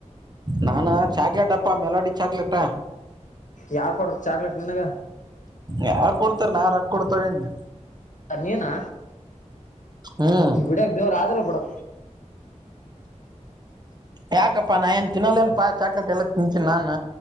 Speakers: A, on the right; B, on the left.
A: ನಾನಾ ಚಾಗೆಡಪ್ಪ ಪ್ಪ ಮೆಲೋಡಿ ಚಾಕ್ಲೇಟ್
B: ಯಾರ್ ಕೊಟ್ರ ಚಾಕ್ಲೆೇಟ್ ನಿನಗ
A: ಯಾರ್ ಕೊಡ್ತಾರ ನಾ ರೊಕ್ಕ ಕೊಡ್ ತೊಗೊಂಡೆ
B: ನೀನಾ
A: ಹ್ಮ್
B: ಗುಡಿಯಕ್ ದೇವ್ರ ಅಲ್ಲ ಬಿಡ್
A: ಯಾಕಪ್ಪಾ ನಾ ಏನ್ ತಿನ್ನಲ್ಲೇಏನ್ಪಾ ಚಾಕ್ಲೇಟ್ ಎಲ್ಲಾ ತಿಂತಿನಿ ನಾನ್